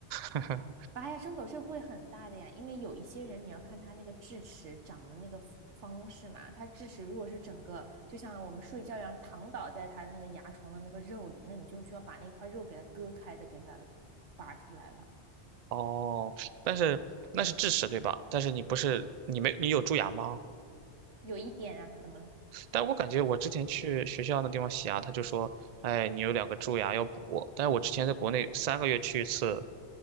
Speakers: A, on the right; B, on the right.
A: <laughs>
B: 拔牙伤口是会很大的呀，因为有一些人你要看他那个智齿长的那个方式嘛，他智齿如果是整个就像我们睡觉一样躺倒在他那个牙床的那个肉里，那你就需要把那块肉给它割开的，给它拔出来了。
A: 哦，但是那是智齿对吧？但是你不是你没你有蛀牙吗？
B: 有一点啊，怎么了？
A: 但我感觉我之前去学校那地方洗牙，他就说，哎，你有两个蛀牙要补。但是我之前在国内三个月去一次，